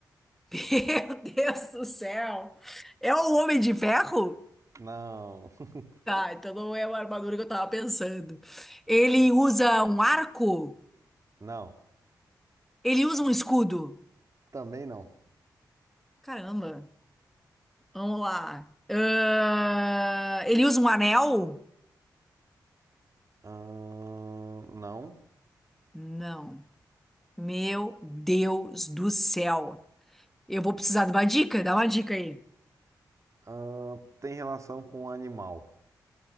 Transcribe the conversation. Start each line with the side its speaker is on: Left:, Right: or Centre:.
Centre: <laughs> Meu Deus do céu! É o Homem de Ferro?
Right: Não, <laughs>
Centre: Tá, então não é uma armadura que eu tava pensando. Ele usa um arco?
Right: não,
Centre: Ele usa um escudo?
Right: também não.
Centre: Caramba! Vamos lá. Ah, ele usa um anel?
Right: Ahn, não.
Centre: Não. Meu Deus do céu. Eu vou precisar de uma dica? Dá uma dica aí.
Right: Ahn, tem relação com o animal,